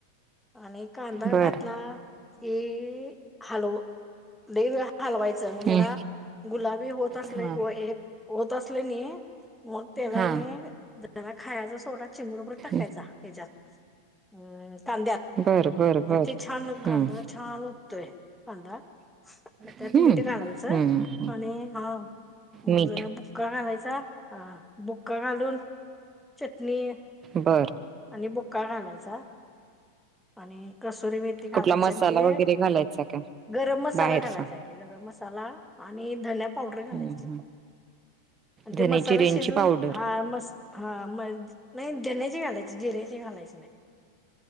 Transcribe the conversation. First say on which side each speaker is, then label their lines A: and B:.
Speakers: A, in the centre; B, on the right (about 25°).
A: आणि कांदा
B: बर
A: घातला कि हलव. लय वेळ हलवायचं मग जरा
B: हम्म.
A: गुलाबी होत असले
B: हा
A: की नाय. मग त्याला
B: हा.
A: हने की नाय जरा खायचा सोडा चिमूटभर टाकायचा
B: हम्म.
A: त्याच्यात. हम्म कांद्यात
B: बर बर बर
A: मग ते छान कांदा
B: हम्म
A: छान - होतय. कांदा मग त्यात
B: हम्म
A: मीठ घालायचं
B: हम्म हम्म
A: आणि हा- मग
B: मीठ
A: जरा बुक्का घालायचा हा बुक्का घालून- चटणी
B: बरं.
A: आणि बुक्का घालायचा. आणि कसुरी मेथी घालायच
B: कुठला मसाला
A: आणि ते
B: वगैरे घालायचा का
A: गरम मसाला
B: बाहेरचा
A: घालायचा आहे. गरम मसाला आणि धने पावडर
B: हम्म
A: घालायची.
B: हम्म
A: आणि ते
B: धने
A: मसाला
B: जिऱ्यांची
A: शिजून
B: पावडर
A: हा मस्त. हा मग, नाही धान्याचे घालायची, जिऱ्याचे घालायची नाही.